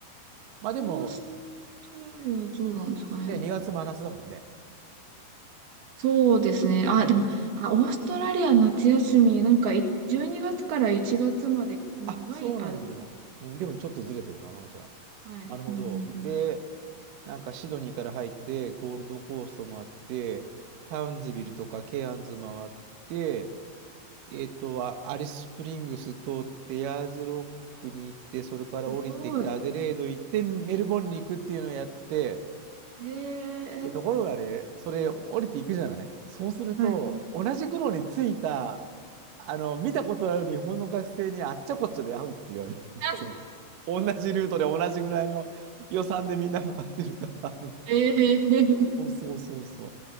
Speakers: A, on the right (about 65°); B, on the right (about 80°).
A: まあでも、
B: オーストラリアはどうなんですかね。
A: ね、2月真夏だもんね。
B: そうですね。あ、
A: に
B: でも、あ、オーストラリア夏休み、なんかい、12月から1月まで長い、
A: あ、そうなんだ。
B: あ、でも、
A: うん、でもちょっとずれてるかな、じゃあ。
B: はい。
A: なるほど。
B: うんうんうん。
A: で、なんかシドニーから入って、ゴールドコースト回って、タウンズビルとかケアンズ回って、えっと、あアリススプリングス通って、ヤーズロックに行って、それから降りてきて、
B: すごい。
A: アデレード行って、メルボルンに行くっていうのをやって、
B: ええ
A: で、ところがね、それ降りていくじゃないそうすると、
B: はい。
A: 同じ頃に着いた、あの、見たことある日本の学生にあっちゃこっちゃで会うって言われる。<laughs>
B: <laughs>
A: その、同じルートで同じぐらいの予算でみんな待ってるから。あの
B: ええ
A: そうそうそうそ